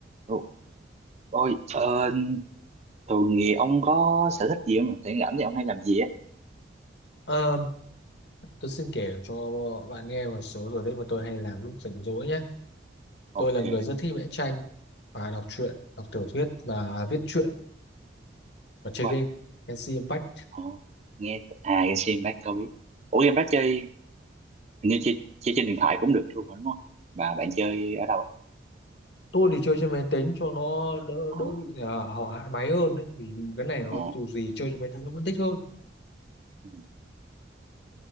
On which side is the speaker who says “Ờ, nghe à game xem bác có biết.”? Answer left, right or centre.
Right